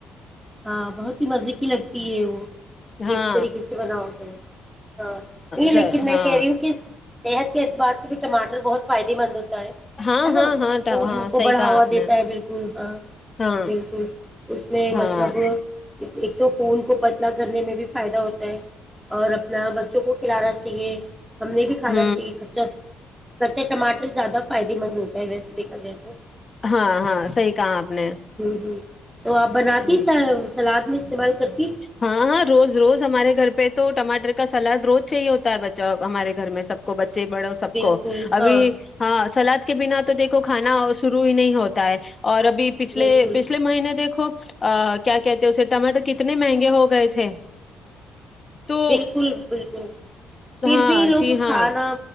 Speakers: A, in the centre; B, on the left (about 30°).
A: ہاں بہت ہی مزے کی لگتی ہے وہ
B: ہاں
A: اس طریقے سے بناؤ کر ہاں یہ لیکن
B: ز-
A: میں
B: ہاں
A: کہہ رہی ہوں کہ صحت کے اعبار سے بھی ٹاٹر بہت فائدے مند ہوتے
B: ہاں
A: ہے نا
B: ہاں ہاں ٹ-
A: اور
B: ہاں
A: ان کو
B: صحیح
A: بڑھاوا
B: کہا آپ
A: دیتا
B: نے
A: ہے بالکل ہاں
B: ہاں
A: بالکل اس میں
B: ہاں
A: م <unintelligible> تو خون کو پتلا کرنے میں بھی فائدہ ہوتا ہے اور اپنا بچوں کو کھلانا چاہیے ہم نے بھی کھانا
B: ہ
A: چاہیے کچا س کچا ٹماٹر زیادہ فائدے مند ہوتا ہے ویسے دیکھا جائے تو
B: ہاں ہاں صحیح کہا آپ نے
A: ہ ہ تو آپن رکھیس
B: ہ
A: سلاد میں استعمال کرتے
B: ہاں ہاں روز روز ہمارے گھر پہ تو ٹماٹر کا سلاد روز سےاہی ہوتا ہے بچہ ہمارے گھر میں سب کو بچہ بچے بڑو سب
A: بالکل
B: کو ابھی
A: ہاں
B: ہاں سلاد کے بنا تو دیکھو کھانا شرو ہی نہیں ہوتا ہے اور ابھی پچھلے
A: بالکل
B: پچھلے مہینے دیک و کیا کہتے ہیں اسے ٹماٹو کتنا کتنے مہنگے ہو گئے تھے تو
A: بالکل بالکل پھر
B: ہاں
A: بھی لوگ
B: جی ہاں
A: کھانا